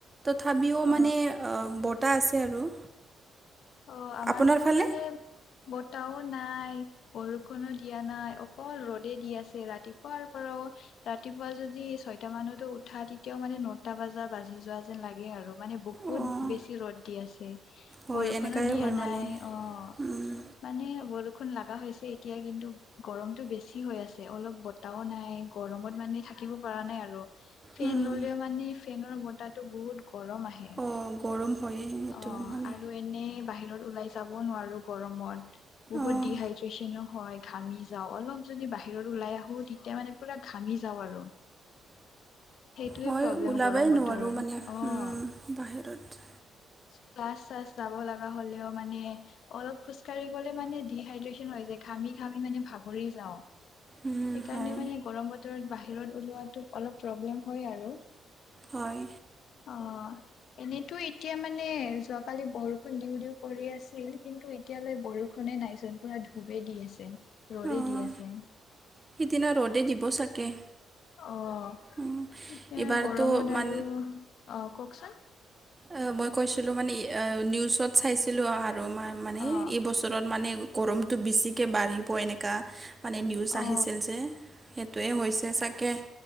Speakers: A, on the right; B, on the left.
A: তথাপিও
B: অ
A: মানে বতাহ আছে আৰু।
B: অহ আমাৰতো
A: আপোনাৰ ফালে
B: ইফালে বতাহো নাই। বৰষুণো দিয়া নাই অকল ৰ'দে দি আছে। ৰাতিপুৱাৰ পৰাও ৰাতিপুৱা যদি ছয়টা মানতো উঠা তেতিয়াও মানে নটা বজাত বাজি যোৱা যেন লাগে আৰু। মানে বহুত
A: অঁ
B: বেছি ৰ'দ দি আছে,
A: হয়
B: বৰষুণো
A: এনেকাই
B: দিয়া
A: হয়
B: নাই
A: মানে
B: অঁ।
A: উম,
B: মানে বৰষুণ লগা হৈছে এতিয়া কিন্তু গৰমটো বেছি হৈ আছে অলপ বতাহো নাই গৰমত মানে থাকিব পৰা নাই আৰু। ফেন
A: উম।
B: ল'লেও মানে ফেনৰ বতাহটো বহুত গৰম আ হে,
A: অঁ গৰম হয়েই সেইটো
B: অঁ
A: মানে
B: আ ৰু এনে বাহিৰত ওলাই যাব নোৱাৰো গৰত বহুত
A: অঁ
B: দিহাই ড্ৰেচনো হয় ঘামি যাওঁ, অলপ যদি বাহিৰত ওলাই আহো তেতিয়া মানে পুৰা ঘামি যাওঁ আৰু। সেইটোয়ে
A: হয়
B: প্ৰব্লেম
A: ওলাবই
B: গৰম বতৰত।
A: নোৱাৰোঁ মানে
B: অঁ।
A: উম, বাহিৰত
B: ক্লাছ চাছ যাব লগা হলেও মানে অলপ খোজকাঢ়ি গলে মানে ডিহাইড্ৰেচন হৈ যায় ঘামি ঘামি মানে ভাৱৰি যাওঁ।
A: উম,
B: সেইকাৰণে
A: হয়
B: মানে গৰম বতৰত বাহিৰত ওলোৱাটো অলপ প্ৰব্লেম হয় আৰু।
A: হয়।
B: অঁ। এনেতো এতিয়া মানে যোৱাকালি বৰষুণ দিওঁ দিও কৰি আছিল। কিন্তু এতিয়ালৈ বৰষুণে নাইচোন পুৰা ধূপে দি আছে, ৰদে
A: অঁ
B: দি আছে।
A: সিদিনা ৰ'দে দিব চাগে।
B: অঁ'
A: উম,
B: এতিয়া
A: এইবাৰতো
B: গৰমত
A: মান
B: আৰু অঁ' কওঁকচোন?
A: অঁ' মই কৈছিলো মানে নিউজত চাইছিলো আৰু মা-মানে
B: অ
A: এই ব বছৰত মানে গৰমটো বেছিকৈ বাঢ়িব এনেকুৱা। মানে নিউজ
B: অ
A: আহিছিল যে সেইটোৱে হৈছে চাগে।